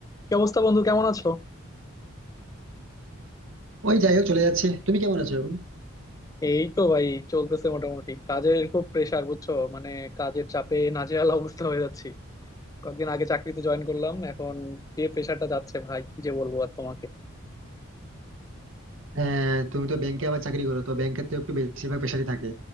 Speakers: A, on the left (about 15°); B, on the right (about 70°).
A: কি অবস্থা বন্ধু কেমন আছো
B: ওই যাই হোক চলে যাচ্ছে তুমি কেমন আছো এখন?
A: এই তো ভাই চলতেছে মোটামুটি কাজের খুব প্রেসার বুঝছো মানে কাজের চাপে নাজেহাল অবস্থা হয়ে যাচ্ছি কয়েকদিন আগে চাকরিতে জয়েন করলাম এখন যে প্রেসারটা যাচ্ছে ভাই কি যে বলবো আর তোমাকে
B: হ্যাঁ তুমি তো ব্যাংকে আবার চাকরি করো তো ব্যাংকের তো একটু বেশিরভাগ পেশারই থাকে